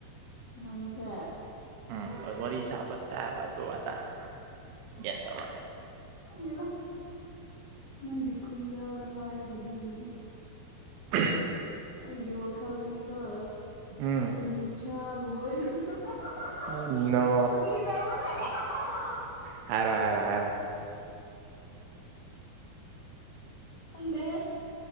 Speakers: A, on the left; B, on the right.
A: ꯅꯪꯁꯦ
B: ꯎꯝ ꯋꯥꯔꯤ ꯁꯥꯕ ꯏꯁꯇꯥꯏꯜ ꯑꯗꯨ ꯑꯗꯥ ꯒꯦꯁ ꯇꯧꯔꯣꯅꯦ
A: ꯈꯪꯗꯦꯗ ꯅꯪꯒꯤ ꯈꯨꯟꯖꯦꯜꯗ ꯍꯥꯏꯔꯒꯗꯤ ꯑꯁ
B: <unintelligible>
A: ꯑꯩꯒꯤ ꯋꯥꯈꯜꯗꯅꯤꯀꯣ
B: ꯎꯝ
A: ꯀꯨꯟꯊ꯭ꯔꯥꯒꯨꯝꯕ ꯑꯣꯏꯔꯝꯗꯧ <unintelligible>
B: ꯑꯣ ꯅꯣ
A: ꯐꯥꯒꯤ ꯇꯧꯕꯅꯦ <unintelligible>
B: ꯍꯥꯏꯔꯣ ꯍꯥꯏꯔꯣ ꯍꯥꯏꯔꯣ
A: ꯈꯪꯗꯦ